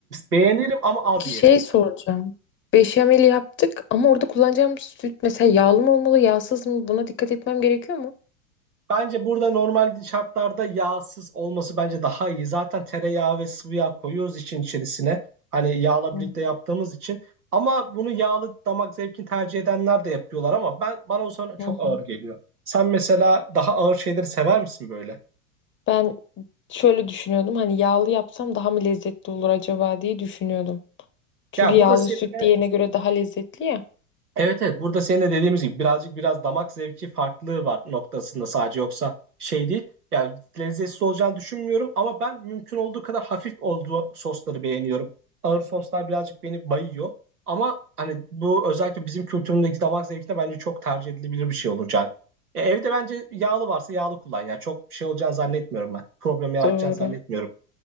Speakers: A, on the right; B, on the left.
A: Beğenirim ama
B: Peki
A: az yerim.
B: şey soracağım. Beşamel yaptık ama orada kullanacağım süt mesela yağlı mı olmalı, yağsız mı? Buna dikkat etmem gerekiyor mu?
A: Bence burada normal şartlarda yağsız olması bence daha iyi. Zaten tereyağı ve sıvı yağ koyuyoruz için içerisine. Hani yağla
B: Hmm.
A: birlikte yaptığımız için. Ama bunu yağlı damak zevkini tercih edenler de yapıyorlar ama ben bana o zaman çok
B: Hı
A: ağır
B: hı.
A: geliyor. Sen mesela daha ağır şeyleri sever misin böyle?
B: Ben şöyle düşünüyordum hani yağlı yapsam daha mı lezzetli olur acaba diye düşünüyordum. Çünkü
A: Ya
B: yağlı
A: burada senin
B: süt diğerine göre daha lezzetli ya.
A: Evet evet burada senin de dediğimiz gibi birazcık biraz damak zevki farklılığı var noktasında sadece yoksa şey değil. Yani lezzetsiz olacağını düşünmüyorum ama ben mümkün olduğu kadar hafif olduğu sosları beğeniyorum. Ağır soslar birazcık beni bayıyor. Ama hani bu özellikle bizim kültürümüzdeki damak zevkine bence çok tercih edilebilir bir şey olacak. E, evde bence yağlı varsa yağlı kullan ya. Çok şey olacağını zannetmiyorum ben. Problem yaratacağını
B: Doğru.
A: zannetmiyorum.